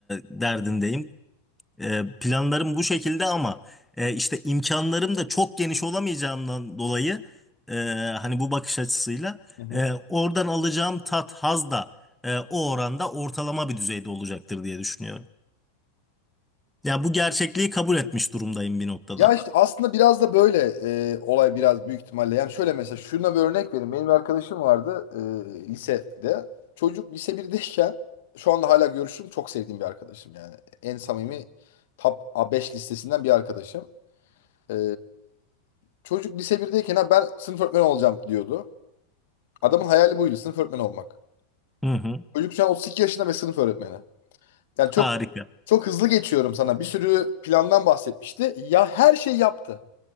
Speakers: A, in the centre; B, on the left (about 65°).
A: derdindeyim. E, planlarım bu şekilde ama e, işte imkanlarım da çok geniş olamayacağından dolayı e, hani bu bakış açısıyla
B: Hı hı.
A: e, oradan alacağım tat, haz da e, o oranda ortalama bir düzeyde olacaktır diye düşünüyorum. Ya bu gerçekliği kabul etmiş durumdayım bir noktada.
B: Ya işte aslında biraz da böyle e, olay biraz büyük ihtimalle. Yani şöyle mesela şuna bir örnek vereyim. Benim bir arkadaşım vardı e, lisede. Çocuk lise birdeyken şu anda hala görüşüm çok sevdiğim bir arkadaşım yani. En samimi top A5 listesinden bir arkadaşım. E, çocuk lise birdeyken ha ben sınıf öğretmeni olacağım diyordu. Adamın hayali buydu sınıf öğretmeni olmak.
A: Hı hı.
B: Çocuk şu an 32 yaşında ve sınıf öğretmeni. Yani çok
A: Harika.
B: çok hızlı geçiyorum sana. Bir sürü plandan bahsetmişti. Ya her şey yaptı.